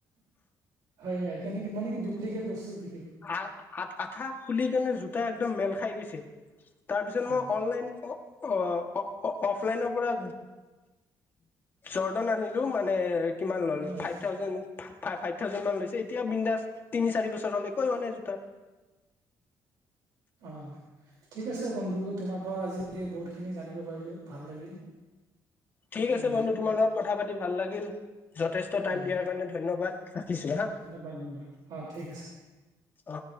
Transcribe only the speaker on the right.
হয় হয় কেনেকে মান কি ডুপ্লিকেট বস্তু বি
অ
হয়
অ ঠিক আছে বন্ধু তোমাৰ পৰা আজি বহুতখিনি জানিব পাৰিলো ভাল লাগিল এইখিনি
জানি
হয়
হয়
ধন্যবাদ অ ঠিক আছে।